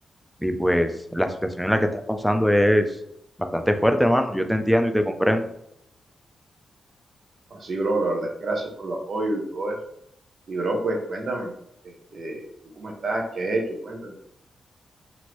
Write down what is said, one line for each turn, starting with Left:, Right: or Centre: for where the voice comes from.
Centre: Y pues la situación en la que estás pasando es bastante fuerte, hermano. Yo te entiendo y te comprendo.
Right: Así, bro, la verdad es que gracias por el apoyo y todo eso. Y, bro, pues cuéntame, este, ¿tú cómo estás? ¿Qué has hecho? Cuéntame.